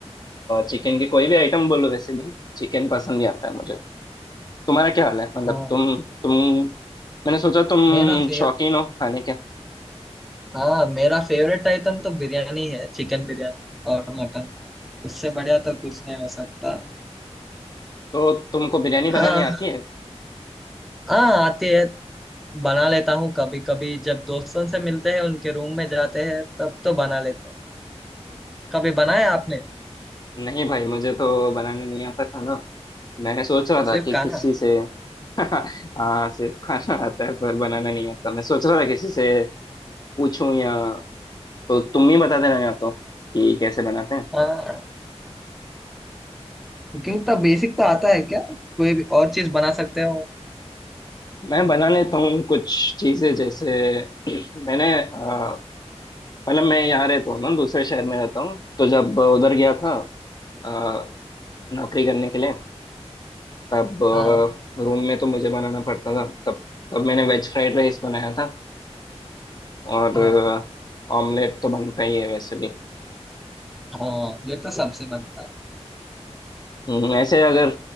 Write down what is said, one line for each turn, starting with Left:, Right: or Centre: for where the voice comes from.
Left: चिकन की कोई भी आइटम बोलो वैसे भी चिकन पसंद ही आता है मुझे तुम्हारा क्या हाल है मतलब
Centre: हाँ
Left: तुम तुम मैंने सोचा तुम
Centre: मेरा फेव
Left: शौकीन हो खाने के
Centre: हाँ मेरा फेवरेट आइटम तो बिरयानी है चिकन बिरयानी और मटन उससे बढ़िया तो कुछ नहीं हो सकता
Left: तो तुमको बिरयानी
Centre: हाँ
Left: बनानी आती है
Centre: हाँ आती है बना लेता हूँ कभी कभी जब दोस्तों से मिलते हैं उनके रूम में जाते हैं तब तो बना लेता हूँ कभी बनाया
Left: अच्छा
Centre: आपने
Left: नहीं भाई मुझे तो बनाने नहीं आता खाना मैं सोच रहा था
Centre: सिर्फ
Left: कि
Centre: खाना
Left: किसी से <laughs> हाँ सिर्फ खाना आता है पर बनाना नहीं आता मैं सोच रहा था किसी से पूछूं या तो तुम ही बता देना या तो कि कैसे बनाते हैं
Centre: हाँ कुकिंग तो बेसिक तो आता है क्या कोई भी और चीज बना सकते हो
Left: मैं बना लेता हूँ कुछ चीजें जैसे <clears throat> मैंने अ, मतलब मैं यहाँ रहता हूँ ना दूसरे शहर में रहता हूँ तो जब उधर गया था
Centre: हाँ
Left: अ, नौकरी करने के लिए तब
Centre: हाँ
Left: रूम में तो मुझे बनाना पड़ता था तब तब मैंने वेज फ्राइड राइस बनाया था और
Centre: हाँ
Left: ऑमलेट तो बनता ही है वैसे भी
Centre: हाँ ये तो सबसे बनता है
Left: हम्म, ऐसे अगर